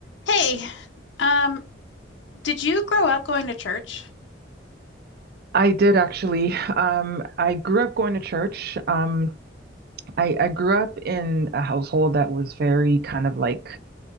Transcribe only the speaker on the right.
I did actually. Um, I grew up going to church. Um, I, I grew up in a household that was very kind of like